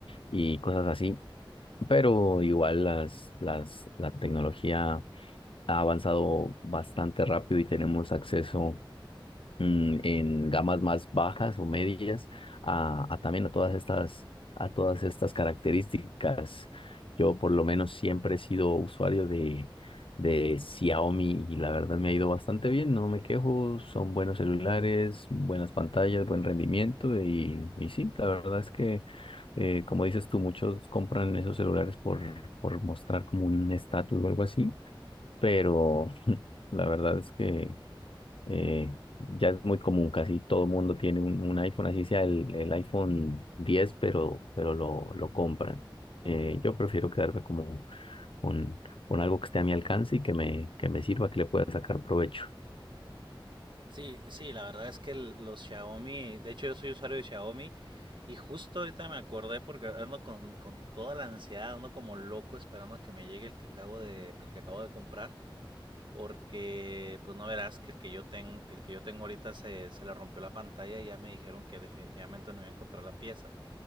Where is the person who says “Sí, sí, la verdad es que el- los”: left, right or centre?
Right